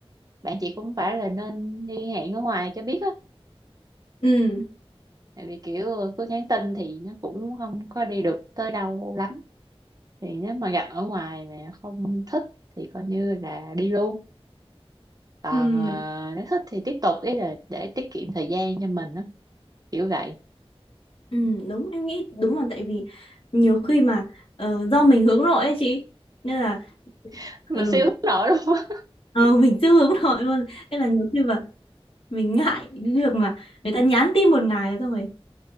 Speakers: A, on the right (about 40°); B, on the left (about 65°).
A: bạn chị cũng phải là nên đi hẹn ở ngoài cho biết á
B: ừ.
A: tại vì kiểu cứ nhắn tin thì nó cũng không có đi được tới đâu lắm thì nếu mà gặp ở ngoài mà không thích thì coi như là đi luôn còn
B: ừ.
A: ờ, nếu thích thì tiếp tục ý là để tiết kiệm thời gian cho mình á kiểu vậy
B: Ừ, đúng em nghĩ đúng là tại vì nhiều khi mà ờ, do mình hướng nội ấy chị nên là
A: <laughs> mình
B: ừ,
A: siêu hướng nội luôn á
B: ờ, <laughs> mình chưa hướng nội luôn nên là nhiều khi mà mình ngại cái việc mà người ta nhắn tin một ngày rồi xong rồi